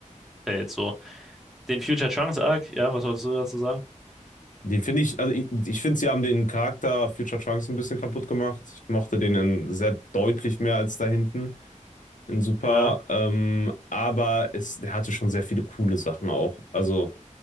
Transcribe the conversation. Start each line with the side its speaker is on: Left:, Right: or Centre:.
Centre: so. Den Future Trunks-Arc, ja, was wolltest du dazu sagen?
Left: Den finde ich, also ich, ich finde, sie haben den Charakter Future Trunks ein bisschen kaputt gemacht. Ich mochte den in sehr deutlich mehr als da hinten in Super.
Centre: Ja,
Left: Ähm, aber es, er hatte schon sehr viele coole Sachen auch. Also